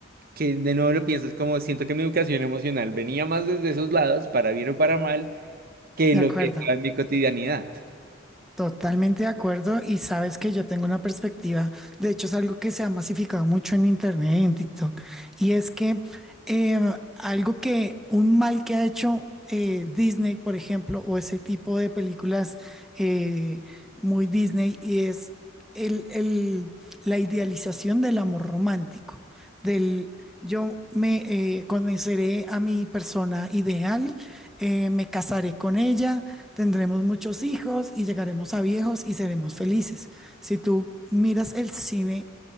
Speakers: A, on the right; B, in the centre.
A: que de nuevo lo pienso, es como siento que mi educación emocional venía más desde esos lados, para bien o para mal, que
B: De
A: lo
B: acuerdo.
A: que estaba en mi cotidianidad.
B: Totalmente de acuerdo y sabes que yo tengo una perspectiva, de hecho es algo que se ha masificado mucho en internet y en TikTok, y es que eh, algo que, un mal que ha hecho eh, Disney, por ejemplo, o ese tipo de películas eh, muy Disney, y es el, el- la idealización del amor romántico, del yo me eh, conoceré a mi persona ideal eh, me casaré con ella, tendremos muchos hijos y llegaremos a viejos y seremos felices. Si tú miras el cine